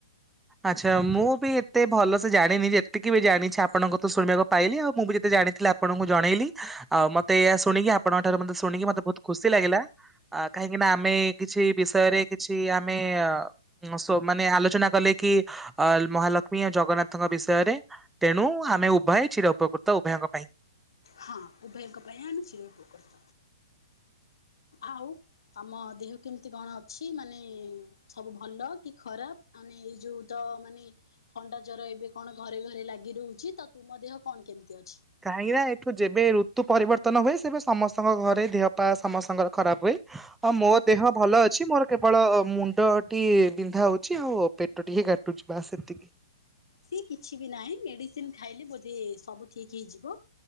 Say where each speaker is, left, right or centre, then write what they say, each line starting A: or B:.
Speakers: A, in the centre; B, on the left.
A: ଆଚ୍ଛା ମୁଁ ବି ଏତେ ଭଲ ସେ ଜାଣିନି ଯେତିକି ବି ଜାଣିଚି ଆପଣଙ୍କ ତ ଶୁଣିବାକୁ ପାଇଲି ଆଉ ମୁଁ ବି ଯେତେ ଜାଣିଥିଲ ଆପଣଙ୍କୁ ଜଣେଇଲି ଆଉ ମତେ ଏୟା ଶୁଣିକି ଆପଣଙ୍କ ଠାରୁ ମତେ ଶୁଣିକି ମତେ ବହୁତ ଖୁସି ଲାଗିଲା। ଅ କାହିଁକି ନା ଆମେ କିଛି ବିଷୟରେ କିଛି ଆମେ ଅ ସୋ ମାନେ ଆଲୋଚନା କଲେ କି ଅ ମହାଲକ୍ଷ୍ମୀ ଆ ଜଗନ୍ନାଥଙ୍କ ବିଷୟରେ ତେଣୁ ଆମେ ଉଭୟ ଛିଡ ଉପକୃତ ଉଭୟଙ୍କ ପାଇଁ।
B: ହଁ ଉଭୟଙ୍କ ପାଇଁ ଚିରଉପକୃତ, ଆଉ ଆମ ଦେହ କେମିତ କଣ ଅଛି ମାନେ ସବୁ ଭଲ କି ଖରାପ? ମାନେ ଏଇ ଯୋଉ ତ ମାନେ ଥଣ୍ଡା ଜର ଏବେ କଣ ଘରେ ଘରେ ଲାଗି ରହୁଛି ତ ତୁମ ଦେହ କଣ କେମିତି ଅଛି?
A: କାହିଁକି ନା ଏଠୁ ଯେବେ ଋତୁ ପରିବର୍ତ୍ତନ ହୁଏ ସେବେ ସମସ୍ତଙ୍କ ଘରେ ଦେହପା ସମସ୍ତଙ୍କର ଖରାପ ହୁଏ। ହଁ ମୋ ଦେହ ଭଲ ଅଛି ମୋର କେବଳ ମୁଣ୍ଡଟି ବିନ୍ଧା ହଉଛି ଆଉ। ପେଟ ଟିକେ କାଟୁଚି ବାସ୍ ସେତିକି।
B: ସିଏ କିଛି ବି ନାହିଁ ମେଡିସିନ ଖାଇଲେ ବୋଧେ ସବୁ ଠିକ ହେଇଯିବ।